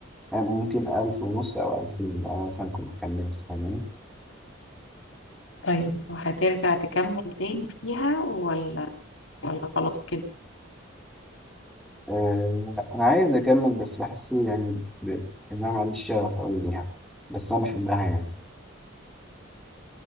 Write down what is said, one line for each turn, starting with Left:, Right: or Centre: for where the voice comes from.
Centre: يعني ممكن ألف ونص أو ألفين لو أنا مثلا كنت كملت فاهماني
Left: طيب وهترجع تكمل تاني فيها ولا ولا خلاص كده
Centre: آه أنا عايز أكمل بس بحس يعني ب... إن أنا ما عنديش شغف أوي ليها بس أنا بحبها يعني